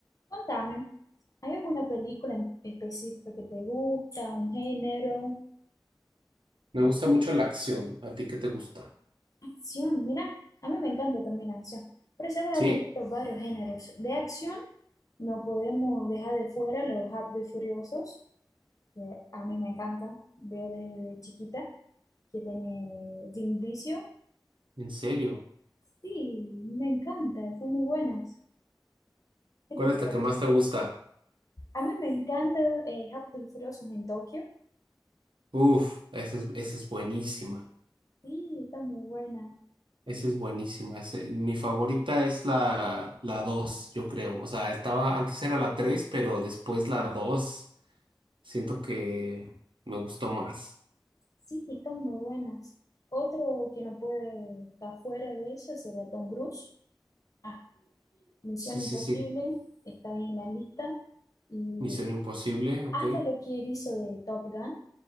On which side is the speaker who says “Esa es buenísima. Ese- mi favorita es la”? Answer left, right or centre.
Right